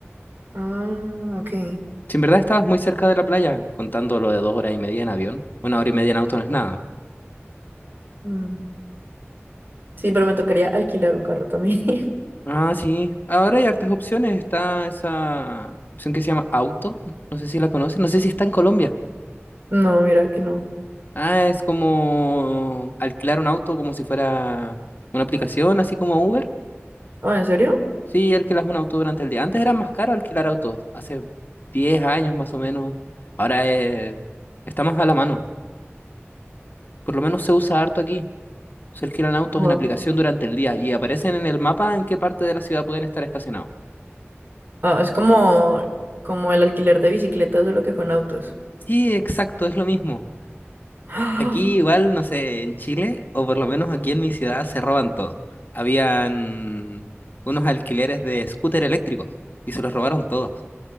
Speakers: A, on the right; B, on the left.
A: Ah, ok.
B: Si en verdad estabas muy cerca de la playa, contando lo de dos horas y media en avión, una hora y media en auto no es nada.
A: Mm. Sí, pero me tocaría alquilar un carro también. <laughs>
B: Ah, sí. Ahora hay hartas opciones. Está esa opción que se llama Auto. No sé si la conocen. No sé si está en Colombia.
A: No, mira que no.
B: Ah, es como alquilar un auto como si fuera una aplicación, así como Uber.
A: Ah, ¿en serio?
B: Sí, alquilas un auto durante el día. Antes era más caro alquilar autos. Hace 10 años más o menos. Ahora es- está más a la mano. Por lo menos se usa harto aquí. Se alquilan autos
A: Wow.
B: en aplicación durante el día y aparecen en el mapa en qué parte de la ciudad pueden estar estacionados.
A: Ah, es como, como el alquiler de bicicletas, solo que con autos.
B: Sí, exacto, es lo mismo.
A: <gasps> ¡Ah!
B: Aquí igual, no sé, en Chile, o por lo menos aquí en mi ciudad, se roban todo. Habían unos alquileres de scooter eléctricos y se los robaron todos.